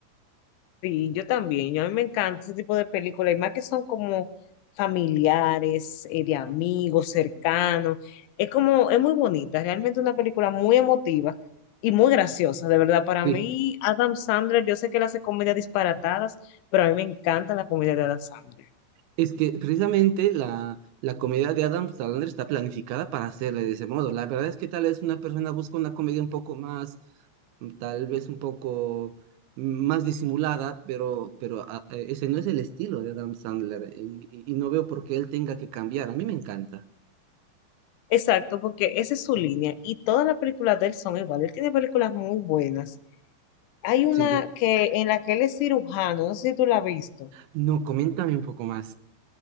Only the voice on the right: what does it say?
Sí.
Es que precisamente la, la comedia de Adam Sandler está planificada para hacerle de ese modo. La verdad es que tal vez una persona busca una comedia un poco más, mm, tal vez un poco mm, más disimulada, pero, pero ah, eh, ese no es el estilo de Adam Sandler y, y- y no veo por qué él tenga que cambiar. A mí me encanta.
Sí, de-
no, coméntame un poco más.